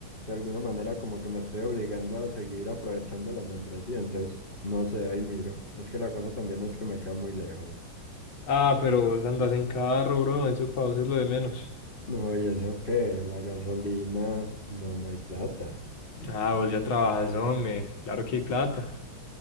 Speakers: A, on the left; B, on the left.
A: de alguna manera como que me estoy obligando a seguir aprovechando la membresía. Entonces, no sé, ahí miro. Es que la cosa también es que me queda muy lejos.
B: Ah, pero vos andas en carro, bro, eso para vos es lo de menos.
A: No, y eso que la gasolina, no, no hay plata.
B: Ah, vos ya trabajas, hombre, claro que hay plata.